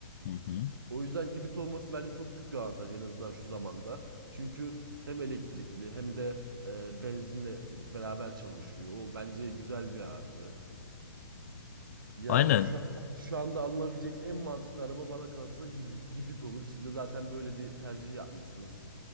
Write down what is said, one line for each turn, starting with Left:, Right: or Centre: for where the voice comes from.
Left: Hı hı.
Right: O yüzden hibrit olması bence çok büyük bir avantaj en azından şu zamanda. Çünkü hem elektrikli hem de e, benzinle beraber çalışıyor. O bence güzel bir artı. Yani
Left: Aynen.
Right: şu an, şu anda alınabilecek en mantıklı araba bana kalırsa hibrit. Hibrit olur. Siz de zaten böyle bir tercih yapmışsınız.